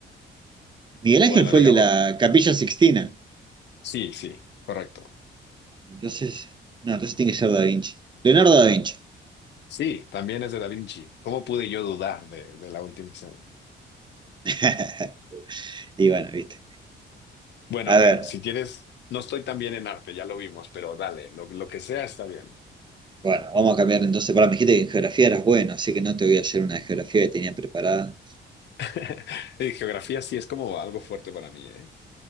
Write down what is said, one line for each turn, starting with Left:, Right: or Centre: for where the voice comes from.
Right: Miguel Ángel
Left: Bueno,
Right: fue
Left: digamos,
Right: el de la Capilla Sixtina.
Left: sí, sí, correcto.
Right: Entonces, no, entonces tiene que ser da Vinci. Leonardo da Vinci.
Left: Sí, también es de Da Vinci. ¿Cómo pude yo dudar de, de la última escena?
Right: <laughs> Y bueno, viste.
Left: Bueno,
Right: A
Left: a ver,
Right: ver.
Left: si quieres, no estoy tan bien en arte, ya lo vimos, pero dale, lo, lo que sea está bien.
Right: Bueno, vamos a cambiar entonces. Para, me dijiste que en geografía eras bueno, así que no te voy a hacer una de geografía que tenía preparada.
Left: <laughs> Y geografía sí es como algo fuerte para mí, ¿eh?